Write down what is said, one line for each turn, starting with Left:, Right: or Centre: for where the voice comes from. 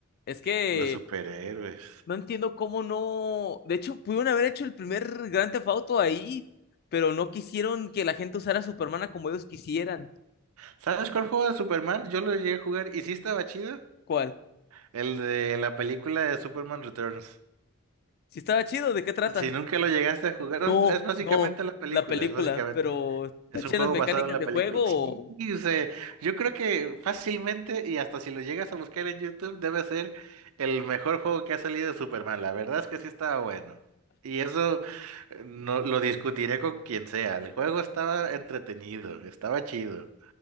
Left: Es que
Right: Los superhéroes.
Left: no entiendo cómo no, de hecho pudieron haber hecho el primer Grand Theft Auto ahí, pero no quisieron que la gente usara a Superman a como ellos quisieran.
Right: ¿Sabes cuál juego de Superman? Yo lo llegué a jugar y sí estaba chido.
Left: ¿Cuál?
Right: El de la película de Superman Returns.
Left: Si estaba chido, ¿de qué trata?
Right: Si nunca lo llegaste a jugar,
Left: No,
Right: es, es básicamente
Left: no,
Right: la película,
Left: la película,
Right: es básicamente.
Left: pero taché
Right: Es un juego
Left: las mecánicas
Right: basado en la
Left: de
Right: película.
Left: juego
Right: Sí, o sea, yo creo que fácilmente y hasta si lo llegas a buscar en YouTube debe ser el mejor juego que ha salido de Superman. La verdad es que sí estaba bueno. Y eso eh, no lo discutiré con quien sea. El juego estaba entretenido, estaba chido.